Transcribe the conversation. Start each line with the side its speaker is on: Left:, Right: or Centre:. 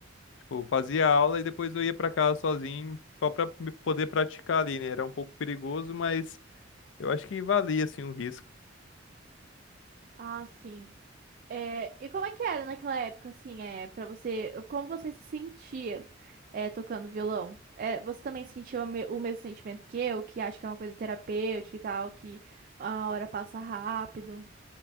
Left: tipo, fazia aula e depois eu ia pra casa sozinho só pra me poder praticar ali, né? Era um pouco perigoso, mas eu acho que valia assim o risco.
Right: Ah, sim. É, e como é que era naquela época, assim, é, para você, como você se sentia, é, tocando violão? É, você também sentiu o me- o mesmo sentimento que eu, que acho que é uma coisa terapêutica e tal, que a hora passa rápido?